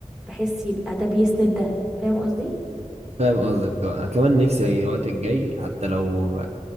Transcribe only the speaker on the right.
فاهم قصدك طبعاً. انا كمان نفسي الوقت الجاي حتى لو